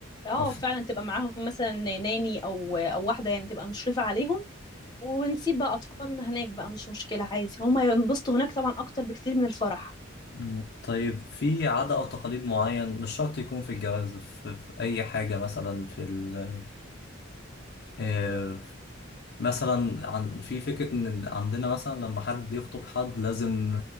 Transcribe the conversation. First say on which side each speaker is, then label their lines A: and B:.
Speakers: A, on the left; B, on the left.
A: اه
B: طب
A: فعلا تبقى معاهم مثلا ناني او او واحدة يعني تبقى مشرفة عليهم ونسيب بقى اطفالنا هناك بقى مش مشكلة عادي هما ينبسطوا هناك طبعا اكتر بكتير من الفرح
B: مم، طيب في عادة أو تقاليد معين مش شرط يكون في الجواز في, في أي حاجة مثلا في ال آه، مثلا عن في فكرة إن عندنا مثلا لما حد يخطب حد لازم